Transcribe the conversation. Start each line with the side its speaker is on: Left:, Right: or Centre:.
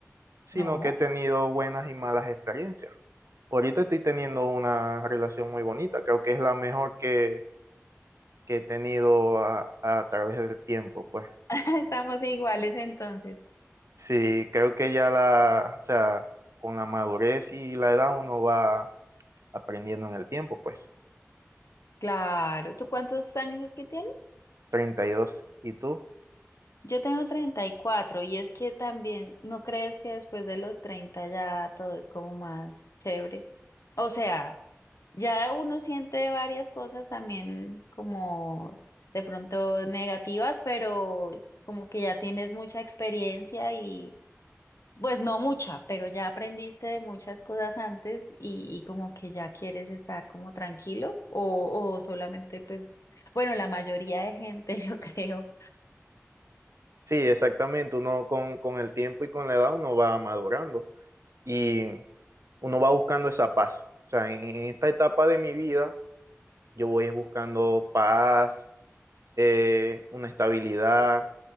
Right: sino
Left: No,
Right: que he tenido buenas y malas experiencias. Ahorita estoy teniendo una relación muy bonita, creo que es la mejor que, que he tenido a, a través del tiempo, pues.
Left: <laughs> estamos iguales entonces.
Right: Sí, creo que ya la, o sea, con la madurez y la edad uno va aprendiendo en el tiempo, pues.
Left: Claro, ¿tú cuántos años es que tienes?
Right: 32. ¿Y dos. ¿Y tú?
Left: Yo tengo treinta y cuatro y es que también, ¿no crees que después de los 30 ya todo es como más chévere? O sea, ya uno siente varias cosas también como de pronto negativas, pero como que ya tienes mucha experiencia y pues no mucha, pero ya aprendiste de muchas cosas antes y, y como que ya quieres estar como tranquilo o, o solamente pues, bueno, la mayoría de gente <laughs> yo creo.
Right: Sí, exactamente. Uno con, con el tiempo y con la edad uno va madurando y uno va buscando esa paz. O sea, en, en esta etapa de mi vida yo voy es buscando paz, eh, una estabilidad,